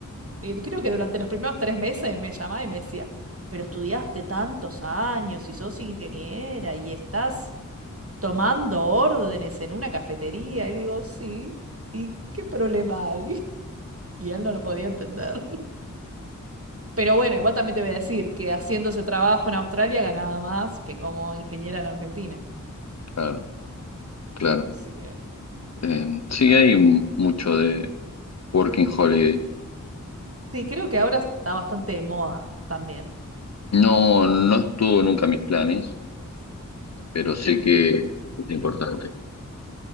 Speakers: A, on the right; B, on the left.
A: eh, Creo que durante los primeros tres meses me llamaba y me decía, pero estudiaste tantos años y sos ingeniera y estás tomando órdenes en una cafetería. Y digo, sí, ¿y qué problema hay? <laughs> Y él no lo podía entender. <laughs> Pero bueno, igual también te voy a decir que haciendo ese trabajo en Australia ganaba más que como ingeniera en Argentina.
B: Claro, claro.
A: Así que...
B: Eh, sí,
A: ah,
B: hay un- mucho de Working Holiday.
A: Sí, creo que ahora está bastante de moda también.
B: No, no estuvo nunca en mis planes, pero sé que es importante.